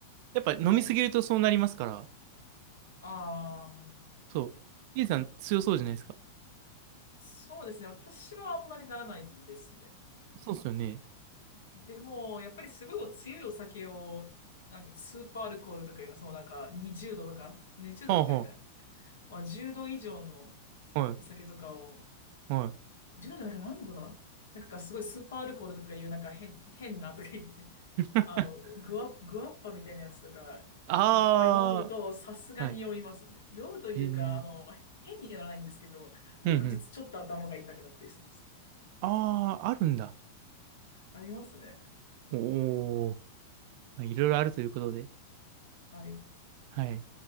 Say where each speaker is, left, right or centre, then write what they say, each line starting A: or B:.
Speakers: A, on the right (about 55°); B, on the left (about 80°).
A: やっぱ飲みすぎるとそうなりますから。
B: はい。ああ、
A: そう。イエさん強そうじゃないですか。
B: そうですね。私はあんまりならないんですね。
A: そうっすよね。
B: でも、やっぱりすごいお強いお酒を、なんかスーパーアルコールとかいうのは、そのなんか20度とか、20度とかないかな。
A: はあは
B: まあ、10度以上の
A: あ。はい。
B: お酒とかを、
A: はい。
B: 10度じゃないか何度だなんかすごいスーパーアルコールとかいうなんか変、変なとか言って、
A: <laughs>
B: あの、グワ、グワッパみたいなやつとか、
A: あ
B: いっぱい飲むとさすがに酔いますね。
A: あ、はい。
B: 酔うというか、
A: ええうん
B: あの、変にならないんですけど、翌日ちょっと頭が痛くなったりしてます。
A: うん。ああ、あるんだ。
B: ありますね。
A: おお、まあ、いろいろあるということで。
B: はい。
A: はい。